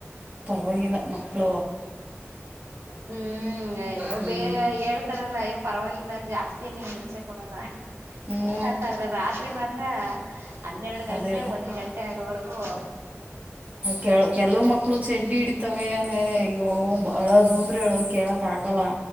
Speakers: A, on the right; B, on the right.
A: ಹೋಗಿಲ್ಲ ಮಕ್ಳು.
B: ಹ್ಮ್ ಹ್ಮ್ ಅಯ್ಯೋ
A: ಹ್ಞೂ
B: ಬೇರೆ ಹೇಳ್ತಾರಲ್ಲ ಅಯ್ಯೋ ಪರ್ವಾಗಿಲ್ಲ ಜಾಸ್ತಿ ನೀಮ್ ಹಿಂಸೆ ಕೊಡಲ್ಲ.
A: ಹ್ಞೂ
B: ಅಂತಾದ್ರೆ ರಾತ್ರಿ ಮಾತ್ರ. ಹನ್ನೆರ್ಡ್ ಗಂಟೆ
A: ಅದೇ
B: ಒಂದ್ ಗಂಟೆ ಆಗೂವರ್ಗು.
A: ಕೆಳ್ ಕೆಲ್ವ್ ಮಕ್ಳು ಚೆಂಡಿ ಹಿಡಿತವೆ ಆಮೇಲೆ. ಯೊ
B: ಹ್ಮ್
A: ಅಳೋದು ಅಂದ್ರೆ ಅ ಕೇಳಕ್ ಆಗಲ್ಲ